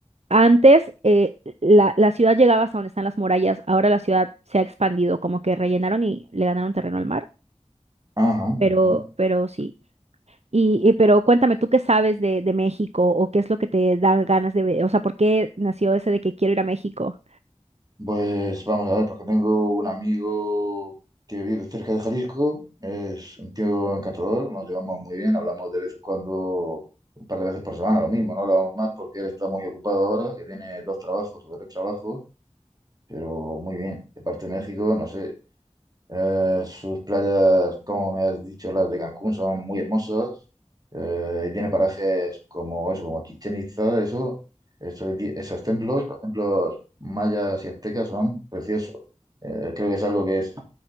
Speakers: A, on the right; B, on the right.
A: Antes eh, la, la ciudad llegaba hasta donde están las murallas, ahora la ciudad se ha expandido, como que rellenaron y le ganaron terreno al mar.
B: Ajá,
A: Pero,
B: ajá.
A: pero sí. Y, y- pero cuéntame, ¿tú qué sabes de, de México o qué es lo que te da ganas de ver? O sea, ¿por qué nació ese de que quiero ir a México?
B: Pues vamos a ver, porque tengo un amigo que vive cerca de Jalisco, es un tío encantador, nos llevamos muy bien, hablamos de vez en cuando, un par de veces por semana, lo mismo, no hablamos más porque él está muy ocupado ahora, que tiene dos trabajos o tres trabajos, pero muy bien. De parte de México, no sé, Eh, sus playas, como me has dicho, las de Cancún son muy hermosas. Eh, y tiene parajes como eso, como Chichén Itzá, eso, esos, di- esos templos, los templos mayas y aztecas son preciosos. Eh, creo que es algo que es,